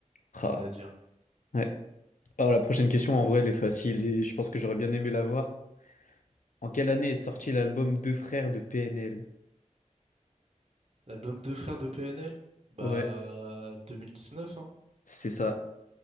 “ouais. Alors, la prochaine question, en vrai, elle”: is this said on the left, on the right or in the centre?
Left